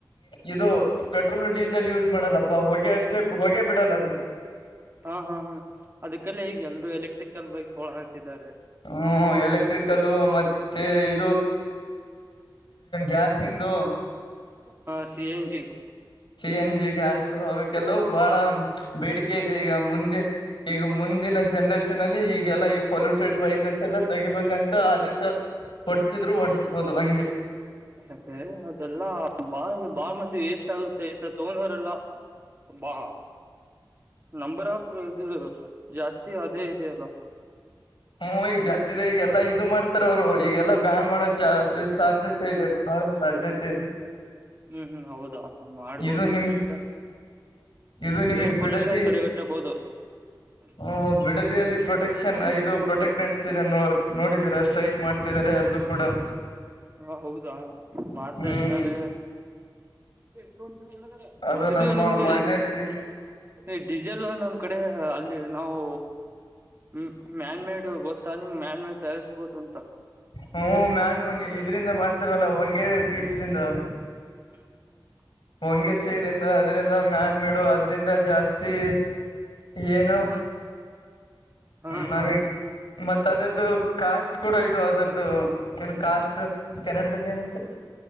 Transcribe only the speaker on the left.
ಇದು ಪೆಟ್ರೋಲ್ ಡೀಸೆಲ್ ಯೂಸ್ ಮಾಡಲ್ಲ. ಪ ಹೊಗೆ ಅಷ್ಟೇ ಹೊಗೆ ಬಿಡಲ್ಲ ಅದು.
ಹ್ಮ್ ಎಲೆಕ್ಟ್ರಿಕಲು ಮತ್ತೆ ಇ ಗ್ಯಾಸ್ ಇಂದು
C N G gas ಅವಕ್ಕೆಲ್ಲ ಬಹಳ ಬೇಡಿಕೆ ಇದೆ ಈಗ ಮುಂದೆ. ಈಗ ಮುಂದಿನ ಜನ್ರೇಷನ್ ಅಲ್ಲಿ ಈಗೆಲ್ಲಾ ಈ ಪೊಲ್ಯೂಟೆಡ್ ವೆಹಿಕಲ್ಸ್ ಎಲ್ಲ ತೆಗಿಬೇಕಂತ ಆದೇಶ. ಓಡ್ಸಿದ್ರು ಓಡಸ್ಬೋದು ಹಂಗೆ.
ಹ್ಮ ಮೈ ಈಗ ಜಾಸ್ತಿ ಇದೆ ಈಗೆಲ್ಲಾ ಇದು ಮಾಡ್ ತರ ಅವರು ಈಗೆಲ್ಲಾ ಬ್ಯಾನ್ ಮಾಡೋ ಚಾ ಸಾಧ್ಯತೆ ಇದೆ ಬಹಳ ಸಾಧ್ಯತೆ ಇದೆ.
ಇದು ನಿಮ
ಇದು ನಿಮಗ್
ಬಿಡದಿ
ಹೂ ಬಿಡದಿಯಲ್ಲಿ ಪ್ರೊಟೆಕ್ಷನ್ ಇದು ಪ್ರೊಟೆಕ್ಟ್ ನಡೀತಿದೆ ನೋ ನೋಡಿದೀರ ಸ್ಟ್ರೆಕ್ ಮಾಡ್ತಿದ್ದಾರೆ ಅಲ್ಲೂ ಕೂಡ. <inaudible>
ಹ್ಮ್
ಅದು
ನಮ್ಮ
ಮಾನ್ಯ ಶ್ರೀ
ಹ್ಮ ಮ್ಯಾನ್ಮನಿ ಇದ್ರಿಂದ ಮಾಡ್ತಾರಲ್ಲ ಹೊಂಗೆ ಬೀಜ ದಿಂದ.
ಹಂಗೆ ಸೀಡಂದ ಅದ್ರಿಂದ ಮ್ಯಾನ್ ಮೆಡು ಅದ್ರಿಂದ ಜಾಸ್ತಿ. ಏನು
ನಮಿಗ್
ಮತ್ತ ಅದರದ್ದು ಕಾಸ್ಟ್ ಕೂಡ ಇದು ಅದರದ್ದು ಏನ್ ಕಾಸ್ಟ್. ಕನ್ನಡದಲ್ಲಿ ಏನಂತಿರ್.